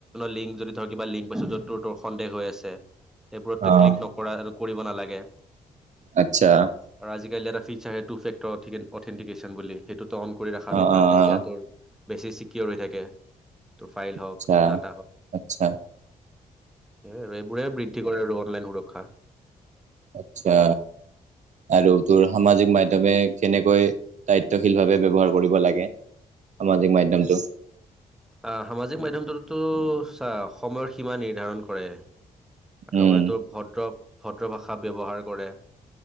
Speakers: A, in the centre; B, on the right.
A: লিংক যদি ধৰ কিবা লিংক পাইছো য'ত তোৰ তোৰ সন্দেহ হৈ আছে। সেইবোৰতো
B: অ',
A: ক্লিক নকৰা কৰিব নালাগে।
B: আচ্ছা।
A: আৰু এটা ফিচাৰ সেইটো ফেক্টৰঠিক অথেটিকেশ্যন বুলি সেইটো ত অন কৰি ৰখাটো
B: অ',
A: ভাল
B: অ',
A: তেতিয়া তোৰ বেছি চিকিিয়ৰ হৈ থাকে, তোৰ ফাইল হওক
B: আচ্ছা
A: ড
B: আচ্ছা।
A: সেই আৰু এইবোৰে বৃদ্ধি কৰে আৰু অনলাইন সুৰক্ষা।
B: আচ্ছা। আৰু তোৰ সামাজিক মাধ্্যমে কেনেকৈ দায়িত্বশীল ভাৱে ব্য্ৱহাৰ কৰিব লাগে। সামাজিক মাধ্যয়মটো
A: আহ সামাজিক মাধ্্যমটোতো চ সময়ৰ সীমা নিৰ্ধাৰণ কৰে। লগতে
B: উম
A: তোৰ ভদ্ৰ ভদ্ৰ ভাষা ব্য্ৱহাৰ কৰে,